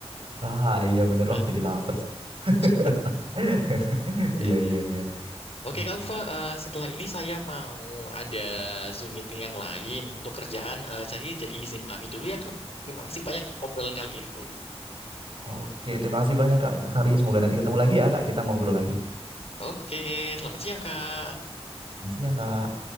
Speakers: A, on the right; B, on the left.
A: Ah, iya bener.
B: Eh,
A: Wah, jadi lover saya. <laughs>
B: <laughs> Ya.
A: Iya iya iya.
B: Oke,
A: Eh,
B: Kak Ufa, eh, setelah ini saya mau ada Zoom meeting yang lain untuk kerjaan. Eh, saya jadi izin pamit dulu ya, Kak. Terima kasih banyak untuk obrolan kali ini.
A: Oke, terima kasih banyak Kak Fari. Semoga nanti ketemu lagi ya Kak. Kita ngobrol lagi.
B: Oke, selamat siang, Kak.
A: Siang, Kak.